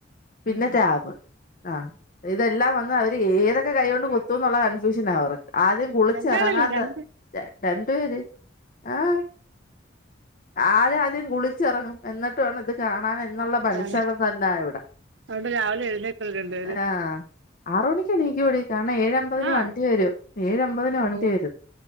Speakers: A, on the left; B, on the right.
A: പിന്നെ
B: ഉം
A: ടാബ് ആ ഇതെല്ലാം വ ന്ന് അവര് ഏതൊക്കെ കൈ കൊണ്ട് കുത്തൂന്നുള്ള കൺഫ്യൂഷനാ അവർക്ക് ആദ്യം കുളിച്ച്
B: രണ്ടാളല്ലേ
A: ഇറങ്ങാൻ
B: രണ്ട്
A: രണ്ട് പേര് ആഹ് ആര് ആദ്യം കുളിച്ചിറങ്ങും എന്നിട്ട് വേണം ഇത് കാണാൻ എന്നുള്ള മത്സരം
B: കാണ
A: തന്നാ ഇവിടെ
B: അതുകൊണ്ട് രാവിലെ എഴുന്നേൽക്കും രണ്ടുപേരും
A: ആഹ് ആറു മണിക്ക് എണീക്കുവെടി കാരണം ഏഴമ്പതിന്
B: ആഹ്
A: വണ്ടി വരും ഏഴമ്പതിന് വണ്ടി
B: ഓ
A: വരും